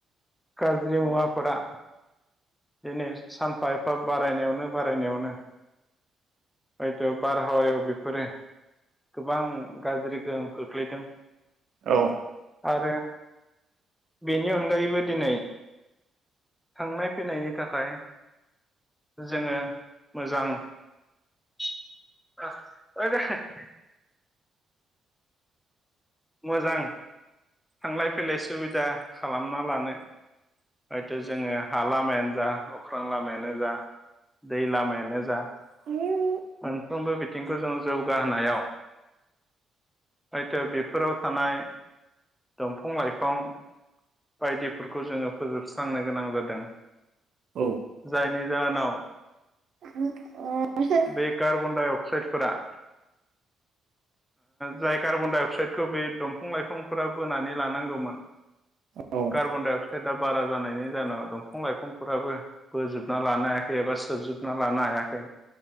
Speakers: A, in the centre; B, on the right.
A: गाज्रि मुवाफोरा दिनै सानफा एफा बारायनायावनो बारायनायावनो हयथ' बारहावायाव बेफोरो गोबां गाज्रि गोहोम खोख्लैदों।
B: औ।
A: आरो बेनि अनगायैबो दिनै थांनाय फैनायनि थाखाय जोङो मोजां <unintelligible> मोजां थांलाय फैलाय सुबिदा खालामना लानो। हयथ' जोङो हा लामायानो जा अख्रां लामायानो जा दै लामायानो जा
B: <inaudible>
A: मोनफ्रोमबो बिथिंखौ जों जौगाहोनायाव हयथ' बेफोराव थानाय दंफां लाइफां बायदिफोरखौ जोङो फोजोबस्रांनो गोनां जादों
B: औ
A: जायनि जाहोनाव
B: अ
A: बे कार्बन डाइ अक्साइडफोरा जाय कार्बनडाइ अक्साइडखौ बे दंफां लाइफांफोरा बोनानै लानांगौमोन
B: औ औ
A: कार्बनडायअक्साइडआ बारा जानायनि जाहोनाव दंफां लाइफांफोराबो बोजोबना लानो हायाखै एबा सोबजोबना लानो हायाखै